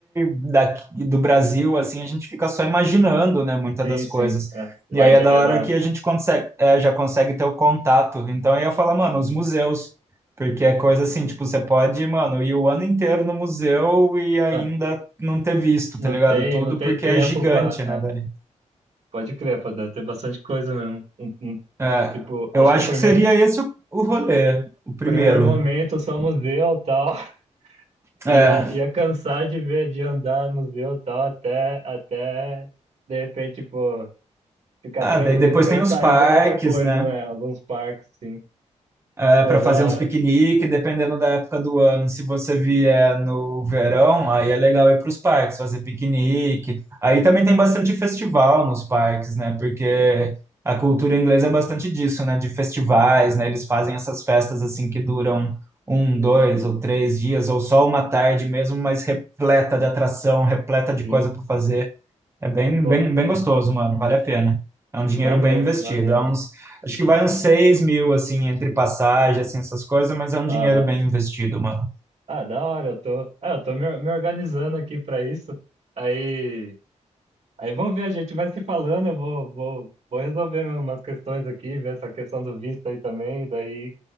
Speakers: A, on the right (about 20°); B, on the right (about 60°).
A: daqui do Brasil assim a gente fica só imaginando né muitas
B: Sim,
A: das
B: sim.
A: coisas
B: é. Lá
A: e aí
B: já
A: é da
B: é
A: hora
B: na.
A: que a gente consegue é, já consegue ter o contato então eu ia falar mano os museus porque é coisa assim tipo você pode mano ir o ano inteiro no museu e ainda
B: ah,
A: não ter visto
B: não
A: tá ligado
B: tem,
A: tudo
B: não tem
A: porque
B: tempo
A: é gigante
B: pra. ah,
A: né velho
B: pode crer, pô, deve ter bastante coisa mesmo. Um- um-
A: é,
B: tipo,
A: eu
B: acho
A: acho
B: que a primeira,
A: que seria esse o, o rolê o primeiro
B: primeiro momento só museu e tal. <laughs>
A: é
B: Ia, ia cansar de ver, de andar no museu e tal, até, até de repente, pô, ficar
A: ah
B: tranquilo
A: daí depois
B: e pensar
A: tem os parques
B: em alguma outra coisa,
A: né
B: né? Alguns parques, sim.
A: é,
B: Pô,
A: para
B: da
A: fazer
B: hora.
A: uns piqueniques, dependendo da época do ano. Se você vier no verão, aí é legal ir para os parques, fazer piquenique. Aí também tem bastante festival nos parques, né? Porque a cultura inglesa é bastante disso, né? De festivais, né? Eles fazem essas festas assim que duram um, dois ou três dias, ou só uma tarde mesmo, mas repleta de atração, repleta de
B: Sim.
A: coisa para fazer. É bem,
B: Pô,
A: bem, bem gostoso, mano. Vale a pena. É um dinheiro
B: maneiro,
A: bem investido.
B: maneiro.
A: É uns, acho que vai uns 6 mil, assim, entre passagem, assim, essas coisas, mas é um
B: Aham.
A: dinheiro bem investido, mano.
B: Ah, da hora, eu tô. Ah, eu tô me, me organizando aqui pra isso. Aí, aí vamos ver, a gente vai se falando, eu vou, vou, vou resolver mesmo umas questões aqui, ver essa questão do visto aí também. Daí,